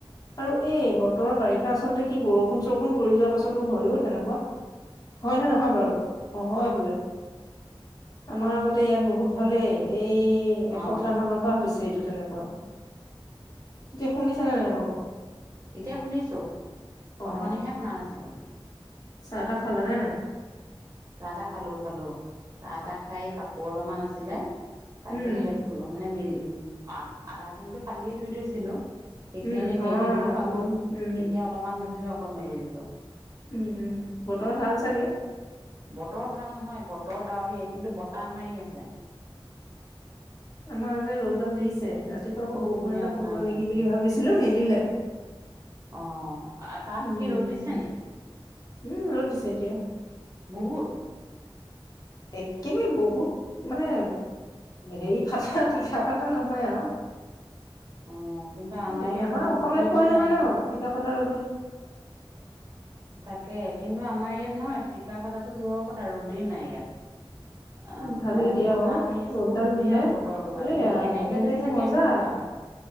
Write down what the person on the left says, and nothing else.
আৰু এই বতৰৰ বাৰিষা আচলতে কি বৰষুণ চৰষুণ পৰি যোৱাৰ পাছতো হয়ো তেনেকুৱা হয় নে নহয় বাৰু অ হয় বোলে। আমাৰ আগতে ইয়াত বহুত ভালেই এই এসপ্তাহ
মানৰ পৰা হৈছে এইটো তেনেকুৱা তেতিয়া শুনিছনে নাই বাওঁ।
অ',
চাহ টাহ খালা নে নাই।
উম,
উম,
অ',
তুমি উম,
উম উম বৰতমে ভাল চাগে।
আমাৰ ৰ'দডাল দিছে ৰাতিপুৱা
আকৌ বৰষুণ
এটা
পৰিল
নেকি বুলি ভাবিছিলো নিদিলে।
উম,
উম ৰ'দ দিছে এতিয়া।
একেবাৰে বহুত মানে হেৰি ফাতা পিঠা পাতা নহয় আৰু।
এ
আমাৰ
অসমীয়াত
কয় নহয়
ন কিতাপত
উম, ভালেই
দিয়া
অ
ৰ'দডাল
দিলে।
এইয়া
তেন্তে
একে
মজা